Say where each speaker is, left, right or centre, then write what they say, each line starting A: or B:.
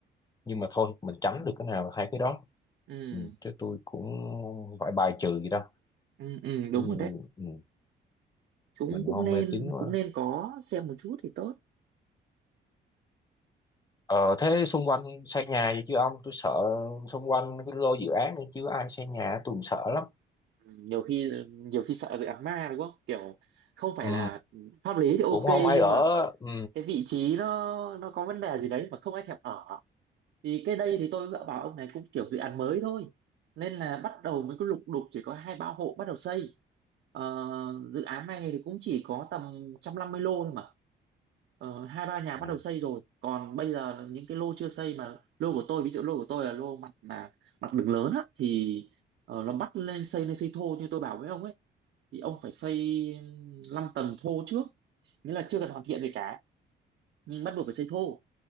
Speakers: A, on the left; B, on the right.
A: nhưng mà thôi mình tránh được cái nào là hai cái đó
B: ừ
A: ừ, chứ tôi cũng không phải bài trừ gì đâu
B: ừ, ừ đúng
A: cũng
B: rồi
A: như
B: đấy
A: ừ,
B: chúng
A: mình
B: cũng
A: không
B: nên
A: mê tín quá
B: cũng nên có xem một chút thì tốt
A: ờ, thế xung quanh xây nhà gì chứ ông tôi sợ xung quanh cái lô dự án này chứ ai xây nhà tôi cũng sợ lắm
B: Ừ, nhiều khi nhiều khi sợ dự án ma đúng không kiểu không phải
A: ừ,
B: là pháp lý thì ok
A: cũng không
B: nhưng
A: hay ở
B: mà
A: ừ,
B: cái vị trí nó nó có vấn đề gì đấy mà không ai thèm ở thì cái đây thì tôi dựa vào ông này cũng kiểu dự án mới thôi nên là bắt đầu mới có lục đục chỉ có hai ba hộ bắt đầu xây Ờ, dự án này thì cũng chỉ có tầm 150 lô thôi mà Ờ, hai ba nhà
A: ừ,
B: bắt đầu xây rồi còn bây giờ là những cái lô chưa xây mà lô của tôi ví dụ lô của tôi là lô mặt là mặt đường lớn á thì ờ, nó bắt lên xây lên xây thô như tôi bảo với ông ấy thì ông phải xây 5 tầng thô trước nghĩa là chưa cần hoàn thiện gì cả nhưng bắt buộc phải xây thô